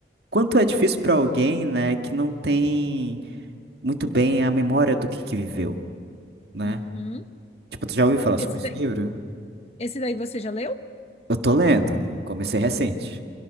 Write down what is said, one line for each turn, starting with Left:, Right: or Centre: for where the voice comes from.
Right: Quanto é difícil para alguém, né, que não tem muito bem a memória do que que viveu, né?
Left: Uhum.
Right: Tipo, tu já ouviu falar
Left: Esse
Right: sobre esse
Left: daí,
Right: livro?
Left: esse daí você já leu?
Right: Eu tô lendo. Comecei recente.